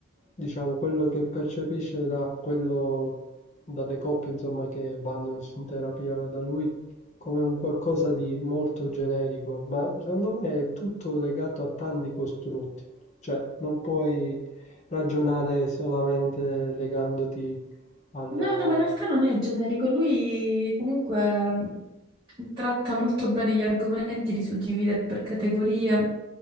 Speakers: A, on the left (about 35°); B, on the right (about 20°).
A: diciamo, quello che percepisce da quello, dalle coppie, insomma, che vanno in terapia da lui, come un qualcosa di molto generico, ma secondo me è tutto legato a tanti costrutti. Cioè, non puoi ragionare solamente legandoti al...
B: No, no, ma in realtà non è generico, lui comunque mh, tratta molto bene gli argomenti, li suddivide per categorie.